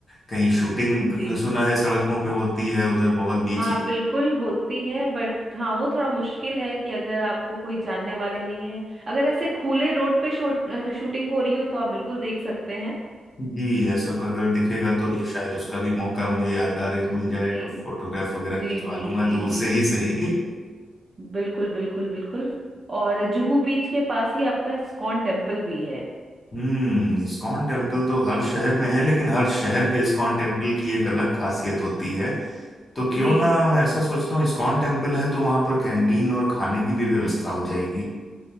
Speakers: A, on the left; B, on the right.
A: कहीं शूटिंग
B: जी
A: सुना है सड़कों पे होती है उधर बहुत बीच
B: हाँ बिल्कुल होती है बट हाँ वो थोड़ा मुश्किल है कि अगर आपको कोई जानने वाले नहीं है अगर ऐसे खुले रोड पे शूट अ, शूटिंग हो रही हो तो आप बिल्कुल देख सकते हैं
A: जी ऐसा को अगर दिखेगा तो
B: जी
A: ये शायद उसका भी मौका मुझे यादगार एक मिल जाएगा
B: जी
A: फोटोग्राफ वगैरह
B: जी
A: खिंचवा
B: जी
A: लूंगा
B: जी
A: दूर
B: जी
A: से ही सही
B: बिल्कुल बिल्कुल बिल्कुल और जुहू बीच के पास ही आपका इस्कॉन टेम्पल भी है
A: हम्म इस्कॉन टेम्पल
B: हम्म।
A: तो हर शहर में है लेकिन हर शहर के इस्कॉन टेम्पल की एक अलग खासियत होती है तो
B: जी
A: क्यों ना मैं ऐसा सोचता हूँ इस्कॉन टेम्पल है तो वहां पर कैंटीन और खाने की भी व्यवस्था हो जाएगी